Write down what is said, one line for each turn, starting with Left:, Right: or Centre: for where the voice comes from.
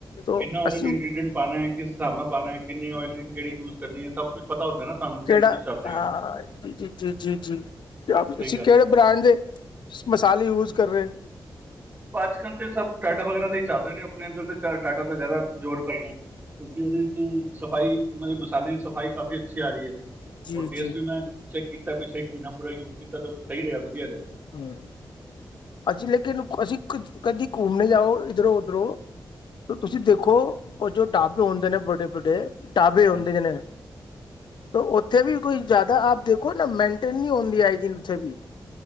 Left: ਤੋ
Right: ਕਿੰਨਾ ਓਦੇ
Left: ਅਸੀਂ
Right: ਵਿੱਚ ਇੰਗਰੀਡੀਐਂਟ ਪਾਨਾ ਐ ਕਿਸ ਹਿਸਾਬ ਨਾਲ ਪਾਨਾ ਐ ਕਿੰਨੀ ਓਇਲਿੰਗ ਕਿਹੜੀ ਯੂਜ਼ ਕਰਨੀ ਏ ਸਭ ਕੁੱਛ ਪਤਾ ਹੁੰਦਾ ਨਾ। ਸਾਨੂੰ ਕਿਹੜੀ
Left: ਕਿਹੜਾ
Right: ਚੀਜ਼ ਚੱਲ ਰਹੀ
Left: ਹਾਂ
Right: ਹੈ
Left: ਜੀ-ਜੀ, ਜੀ-ਜੀ
Right: ਸਹੀ
Left: ਤੁਸੀਂ
Right: ਗੱਲ
Left: ਕੇੜੇ
Right: ਹੈ
Left: ਬਰਾਂਡ ਦੇ ਮਸਾਲੇ ਯੂਜ ਕਰ ਰਹੇ।
Right: ਅੱਜ ਕੱਲ੍ਹ ਤੇ ਸਭ ਟਾਟਾ ਵਗੈਰਾ ਦਾ ਹੀ ਚੱਲਦੇ ਨੇ ਆਪਣੇ ਇੱਦਰ ਤੇ ਟਾਟਾ ਦਾ ਜਾਦਾ ਜ਼ੋਰ ਪੈ ਗਾ ਜੀ। ਕਿਉਂਕਿ ਉਹਦੇ ਚ ਸਫ਼ਾਈ ਉਹ ਦੇ ਮਸਾਲੇ ਦੀ ਸਫ਼ਾਈ ਕਾਫ਼ੀ ਅੱਛੀ ਆ ਰਹੀ ਏ।
Left: ਜੀ
Right: ਓ ਟੇਸਟ
Left: ਜੀ
Right: ਵੀ ਮੈਂ ਚੈੱਕ ਕੀਤਾ ਪਿੱਛਲੇ ਇੱਕ ਮਹੀਨਾ ਪੂਰਾ ਯੂਜ ਕੀਤਾ ਤੇ ਸਈ ਰਿਹਾ ਵਧੀਆ ਰਿਆ।
Left: ਹੂੰ ਅੱਛਾ ਲੇਕਿਨ ਅਸੀਂ ਕ ਕਦੀ ਘੁੰਮਨੇ ਜਾਓ ਇੱਧਰੋਂ-ਉੱਧਰੋਂ ਤੁਸੀਂ
Right: ਹਾਂਜੀ
Left: ਦੇਖੋ ਜੋ ਢਾਬੇ ਹੁੰਦੇ ਨੇ ਵਡੇ ਵੱਡੇ ਢਾਬੇ ਹੁੰਦੇ
Right: ਹਾਂ
Left: ਨੇ ਤਾਂ ਉੱਥੇ ਵੀ ਕੋਈ ਜ਼ਿਆਦਾ ਆਪ ਦੇਖੋ ਨਾ ਮੇਨਟੇਨ ਨਹੀਂ ਹੁੰਦੀ ਆਏਜੀਣ ਦਿਨ ਉੱਥੇ ਵੀ